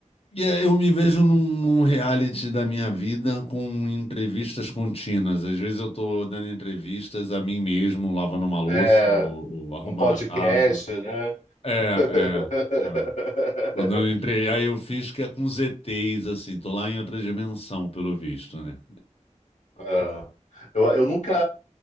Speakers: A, on the left; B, on the left.
A: E é, eu me vejo num, num reality da minha vida com entrevistas contínuas. Às vezes eu tô dando entrevistas a mim mesmo, lavando uma louça
B: é,
A: ou, ou arrumando
B: um podcast,
A: a casa.
B: né?
A: É,
B: <laughs>
A: é, é. Tô dando entre... Aí eu fiz que é com ZTs, assim, tô lá em outra dimensão, pelo visto, né?
B: É. Eu, eu nunca